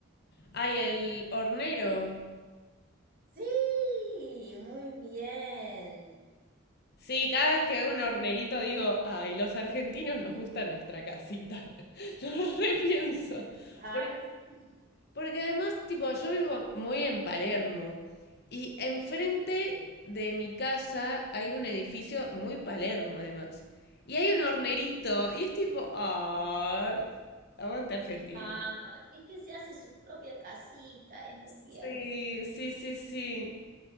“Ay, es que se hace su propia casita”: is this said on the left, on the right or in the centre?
Right